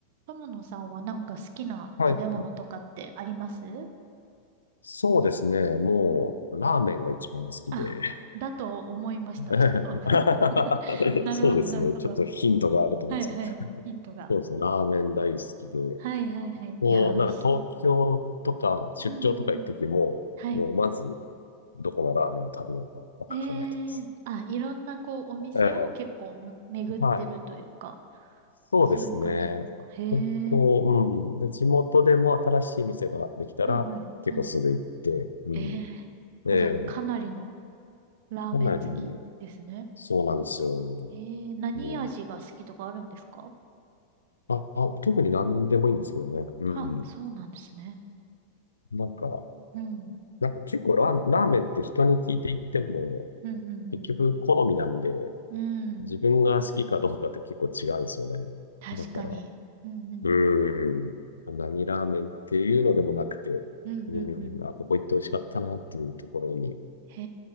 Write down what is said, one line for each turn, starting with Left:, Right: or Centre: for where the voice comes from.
Right: 友野さんはなんか好きな食べ物とかってあります
Left: はい。そうですね。もう、
Right: うん
Left: ラーメンが一番好きで。
Right: あ、だと思いました、
Left: <laughs>
Right: ちょっと。<laughs> なるほど、
Left: そうですね。
Right: なるほど。
Left: ちょっとヒントがあると思うんですけど。
Right: はいはい。ヒントが。
Left: そうですね。ラーメン大好きで。
Right: はいはいはい。
Left: もう、
Right: いやー、
Left: なんか東京とか出張とか行くときも、
Right: 美味しい。うんうんうん。はい。
Left: もうまず、どこのラーメンを食べようか、ばっか考えてます。
Right: ええあ、いろんなこう、お店を結構巡ってるというか、
Left: ええ、はい。そうですね。
Right: そういう感じですか。へ
Left: こう、
Right: え。
Left: うん。で、地元でも新しい店ができたら、
Right: はいはい。
Left: 結構すぐ行って、
Right: うん。
Left: うん。
Right: ええあ、
Left: ええ、
Right: じゃあ、かなりのラーメン好きですね。
Left: かなり、そうなんですよ。
Right: ええ何味が好きとかあるんですか
Left: もう、あ、あ、特に何でもいいんですけどね。うん。
Right: あ、そうなんですね。
Left: なんか、
Right: うん。
Left: なんか結構ラー、ラーメンって人に聞いていっても、
Right: うんうん
Left: 結局好みなんで、
Right: うん。うん。
Left: 自分が好きかどうかって結構違うんですよね。
Right: 確かに。
Left: だから、
Right: うんうん
Left: うん。何ラーメンっていうのでもなくて、
Right: うん。うんうんうん。
Left: うん。あ、ここ行って美味しかったなっていうところに、
Right: へ